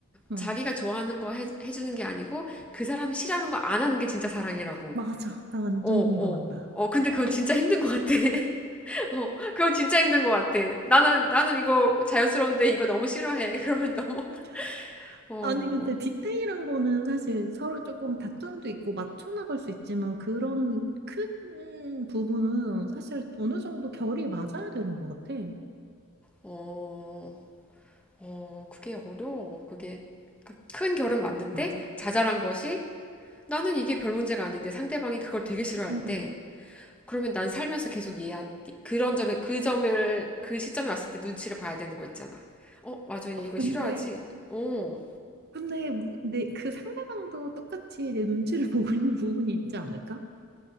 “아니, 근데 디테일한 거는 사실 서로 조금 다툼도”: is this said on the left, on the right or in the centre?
Right